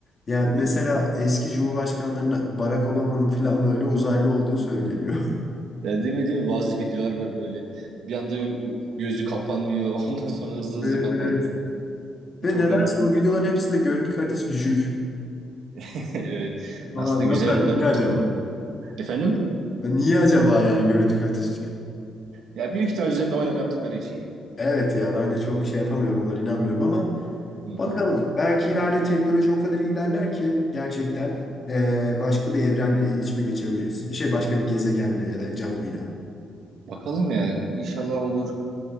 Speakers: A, on the left (about 30°); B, on the right (about 70°).
A: Yani mesela eski cumhurbaşkanlarına Barack Obama'nın falan böyle uzaylı olduğu söyleniyor. <laughs>
B: Ya değil mi değil mi? Bazı videolar var böyle. Bir anda yok, gözü kapanmıyor. <laughs> Ondan sonra hızlı hızlı
A: Evet
B: kapanıyor.
A: evet. Ve
B: Çok
A: nedense
B: garip.
A: o videoların hepsinde görüntü kalitesi düşük.
B: <laughs> Evet.
A: Aa,
B: Aslında
A: nasıl?
B: güzel bir örnek.
A: Niye acaba?
B: Efendim?
A: Niye acaba yani görüntü kalitesi düşük?
B: Ya büyük ihtimal üzerinde oynama yaptıkları için ya.
A: Evet ya ben de çok şey yapamıyorum onlara inanmıyorum ama
B: Hı hı.
A: Bakalım. Belki ileride teknoloji o kadar ilerler ki gerçekten eee, başka bir evrenle iletişime geçebiliriz. Şey başka bir gezegenle ya da canlıyla.
B: Bakalım ya. İnşallah olur.